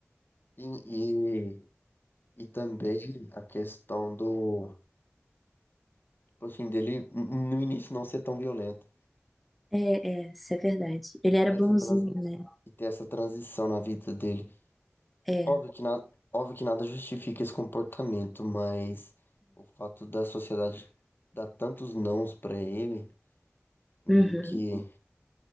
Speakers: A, on the left; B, in the centre.
A: Sim, e E também a questão do, tipo assim, dele n- no início não ser tão violento.
B: É, é, isso é verdade. Ele era
A: Ter essa
B: bonzinho,
A: trans-
B: né?
A: e ter essa transição na vida dele.
B: É.
A: Óbvio que, na, óbvio que nada justifica esse comportamento, mas o fato da sociedade dar tantos nãos pra ele, meio
B: Uhum.
A: que,